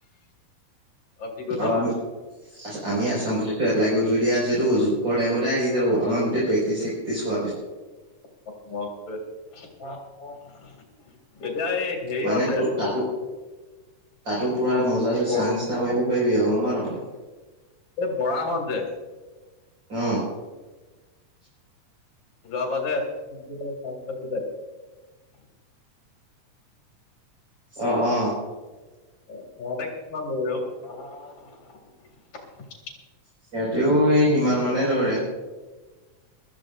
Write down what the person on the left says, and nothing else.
কি কৈছ
অ' <unintelligible> হেৰিহঁত
যে
এই
বৰ
এই বৰাহত যে
যোৱা বা যে <unintelligible>
<unintelligible>